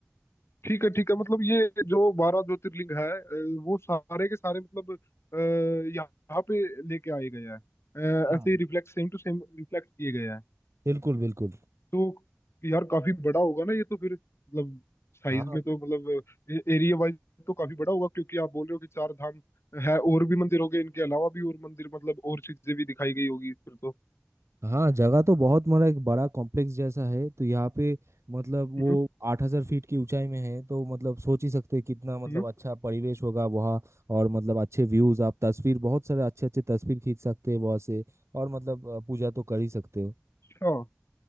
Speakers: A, on the left; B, on the right.
A: ठीक है ठीक है मतलब ये जो बारह ज्योतिर्लिंग है अ, वो सारे के सारे मतलब अ, यहाँ पे लेके आए गए हैं अ,
B: हाँ
A: ऐसे ही reflect same to same reflect किए गए हैं
B: बिल्कुल बिल्कुल
A: तो यार काफी बड़ा होगा ना ये तो फिर मतलब साइज
B: हाँ
A: में तो मतलब एरिया वाइज तो काफी बड़ा होगा क्योंकि आप बोल रहे हो कि चार धाम है और भी मंदिर हो गए इनके अलावा भी और मंदिर मतलब और चीजें भी दिखाई गई होगी फिर तो
B: हाँ जगह तो बहुत बड़ा एक बड़ा कॉम्प्लेक्स जैसा है तो यहाँ पे मतलब वो
A: हम्म
B: आठ हजार फीट की ऊंचाई में है तो मतलब सोच ही सकते हैं कितना मतलब
A: हम्म,
B: अच्छा परिवेश होगा वहाँ और मतलब अच्छे व्यूज आप तस्वीर बहुत सारे अच्छे अच्छे तस्वीर खींच सकते हैं वहाँ से और मतलब अ, पूजा तो कर ही सकते हो
A: अच्छा